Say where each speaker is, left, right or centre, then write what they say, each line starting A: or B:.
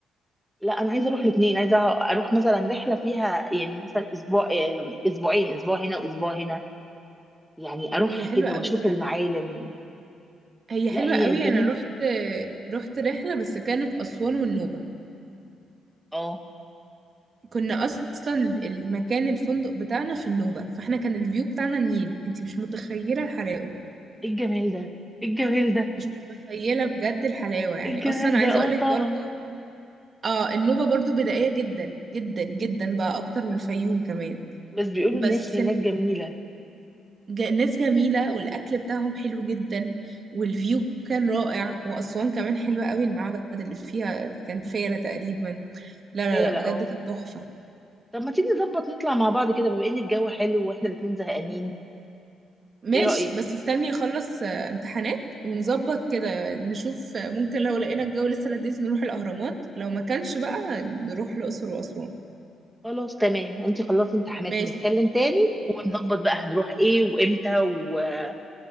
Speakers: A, in the centre; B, on the right.
A: لا انا عايزه اروح الاثنين عايزه اروح مثلا رحله فيها يعني مثلا اسبوع آه، اسبوعين اسبوع هنا واسبوع هنا يعني اروحها
B: هي حلوة
A: كده
B: قوي
A: واشوف
B: فعلا
A: المعالم
B: هي
A: لا
B: حلوة
A: هي
B: قوي
A: جميل
B: انا رحت رحت رحلة بس كانت اسوان والنوبة
A: اه
B: كنا اصلا المكان الفندق بتاعنا في النوبة فاحنا كان الفيو بتاعنا النيل انتي مش متخيلة الحلاوة
A: ايه الجمال ده ايه الجمال ده
B: مش متخيلة بجد الحلاوة يعني
A: ايه الجمال
B: اصلا عايزة
A: ده اه
B: اقولك
A: طبعا
B: برضو اه النوبة برضو بدائية جدا جدا جدا بقى اكتر من الفيوم كمان
A: بس بيقولوا
B: بس
A: الناس هناك جميلة
B: ج- ناس جميلة والأكل بتاعهم حلو جدا والفيو كان رائع وأسوان كمان حلوة قوي المعبد اللي فيها كان فيلة تقريبا لا لا
A: فيا
B: لا بجد
A: لا اه
B: كانت تحفة
A: طب ما تيجي نظبط نطلع مع بعض كده بما ان الجو حلو واحنا الاتنين زهقانين
B: ماشي
A: ايه رأيك
B: بس استني أخلص آه، امتحانات ونظبط كده نشوف آه، ممكن لو لقينا الجو لسه لذيذ نروح الأهرامات لو ما كانش بقى نروح الأقصر وأسوان
A: خلاص تمام انت خلصتي امتحانات
B: ماشي
A: ونتكلم تاني ونظبط بقى هنروح ايه وامتى وبجد